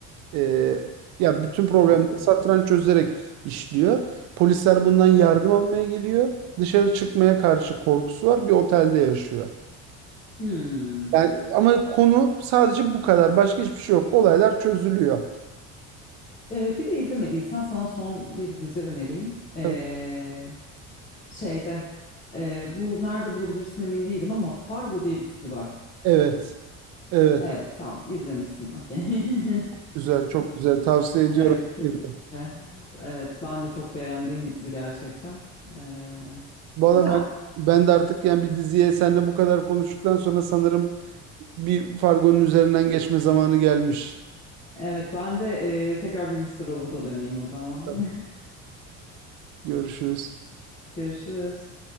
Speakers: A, on the right (about 65°); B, on the left (about 25°).
A: e, ya bütün problemleri
B: Ben-
A: satranç çözerek işliyor. Polisler bundan yardım almaya geliyor. Dışarı çıkmaya karşı korkusu var. Bir otelde yaşıyor.
B: Hmm.
A: Yani ama konu sadece bu kadar. Başka hiçbir şey yok. Olaylar çözülüyor.
B: Ee, bir de izlemediysen sana son bir dizi önereyim. Ee,
A: Tabii.
B: şeyde e, bu nerede bulabilirsin emin değilim ama Fargo diye bir dizi var.
A: Evet. Evet.
B: Evet, tam izlemişsin. Okey. <laughs>
A: Güzel. Çok güzel. Tavsiye ediyorum.
B: Evet kesinlikle.
A: herkese.
B: Evet ben de çok beğendiğim bir dizi gerçekten. Ee,
A: Valla
B: güzel.
A: ben ben de artık yani bir diziye seninle bu kadar konuştuktan sonra sanırım bir Fargo'nun üzerinden geçme zamanı gelmiş.
B: Evet ben de e, tekrar bir Mr. Robot'a döneyim o zaman.
A: Tabii. Görüşürüz.
B: <laughs> Görüşürüz.